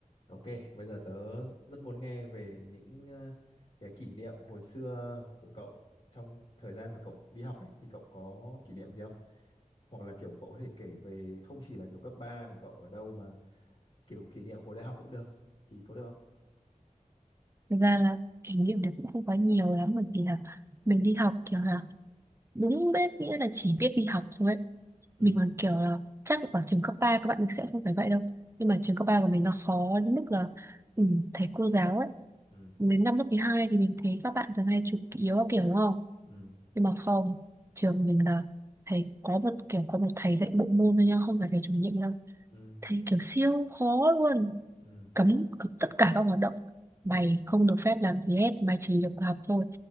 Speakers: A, on the left (about 50°); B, on the right (about 20°).
A: Ok, bây giờ tớ rất muốn nghe về những ờ, cái kỷ niệm hồi xưa của cậu trong thời gian mà cậu đi học ấy thì cậu có kỷ niệm gì không? Hoặc là kiểu cậu có thể kể về không chỉ là kiểu cấp 3 của cậu ở đâu mà kiểu kỷ niệm hồi đại học cũng được thì có được không?
B: Thực ra là kỷ niệm đấy cũng không quá nhiều lắm bởi vì là mình đi học kiểu là đúng biết nghĩa là chỉ biết đi học thôi ấy.
A: Ừ,
B: Mình còn kiểu là chắc ở trường cấp 3 các bạn mình sẽ không phải vậy đâu. Nhưng mà trường cấp 3 của mình nó khó đến mức là ừ, thầy cô giáo ấy.
A: ừ,
B: Đến năm lớp 12 thì mình thấy các bạn thường hay chụp yếu các kiểu đúng không?
A: ừ,
B: nhưng mà không trường mình là thầy có một kiểu có một thầy dạy bộ môn thôi nha không phải thầy chủ nhiệm đâu
A: ừ,
B: thầy kiểu siêu khó luôn
A: ừ,
B: cấm cấm tất cả các hoạt động mày
A: ờ,
B: không được phép làm gì hết mày chỉ được học thôi